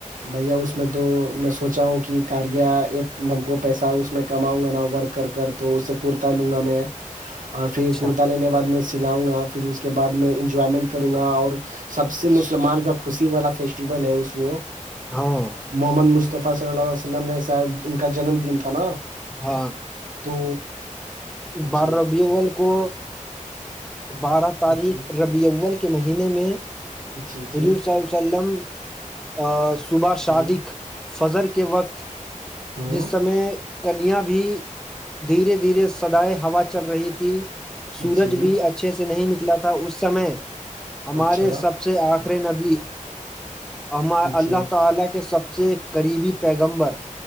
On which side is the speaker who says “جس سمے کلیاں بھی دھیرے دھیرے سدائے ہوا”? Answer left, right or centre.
Centre